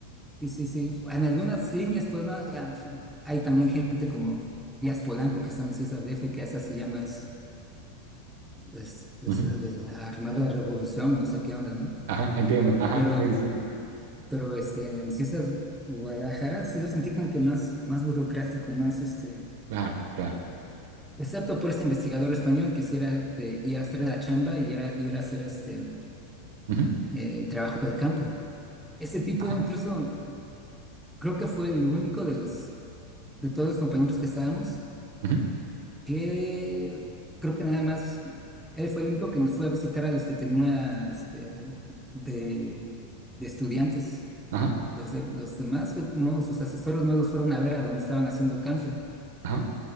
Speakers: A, in the centre; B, on the right.
A: Sí, sí, sí. En algunas líneas, pues, ¿no? hay, hay- también gente como Díaz Polanco, que están en las Islas D F que hace así llamas pues, pues,
B: ujú,
A: de armar la revolución, no sé qué onda, ¿no?
B: Ajá, entiendo, ajá,
A: Pero,
B: sí, sí, sí,
A: pero este, en Cisas Guadalajara sí lo sentí como que más, más burocrático, más este,
B: claro, claro.
A: excepto por este investigador español que sí era de ir a hacer la chamba y era ir a hacer este
B: ujú,
A: eh, trabajo de campo. Ese tipo
B: Ajá,
A: incluso creo que fue el único de los de todos los compañeros que estábamos
B: ujú,
A: que creo que nada más él fue el único que nos fue a visitar a los que tenía este, de, de estudiantes.
B: ajá,
A: Los, de, los demás, que no, sus asesores no los fueron a ver a donde estaban haciendo campo.
B: ajá,